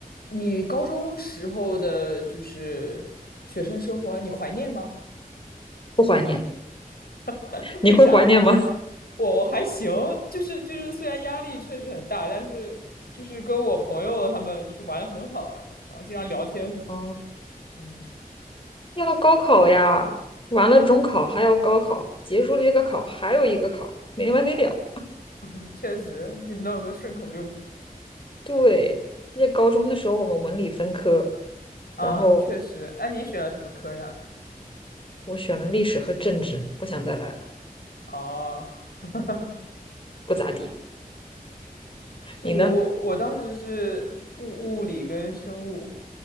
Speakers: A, on the left (about 80°); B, on the left (about 35°).
A: 你高中时候的就是学生生活，你怀念吗？
B: 不怀念。
A: <laughs>
B: 你会怀念吗？
A: 为啥？我我还行，就是就是，虽然压力确实很大，但是就是跟我朋友他们就是玩的很好，然后经常聊天什么的。
B: <laughs> 哦，
A: 嗯，
B: 要高考呀，完了中考还要高考，结束了一个考还有一个考，没完没了。
A: <laughs> 确实，你弄个顺口溜。
B: 对，在高中的时候我们文理分科，
A: 嗯，
B: 然后
A: 确实。哎、你选了什么科呀？
B: 我选了历史和政治，不想再来了，
A: 哦，<laughs>
B: 不咋地。
A: 我我我当时是物物理跟生物
B: 你呢？